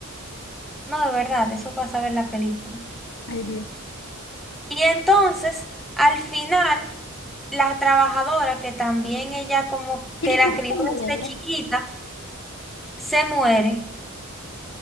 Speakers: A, in the centre; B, on the left.
A: No, de verdad, eso pasaba en la película.
B: Ay, Dios.
A: Y entonces, al final, la trabajadora, que también ella como
B: Pero
A: que
B: ¿y
A: la
B: por
A: crió
B: qué salió negra?
A: desde chiquita, se muere.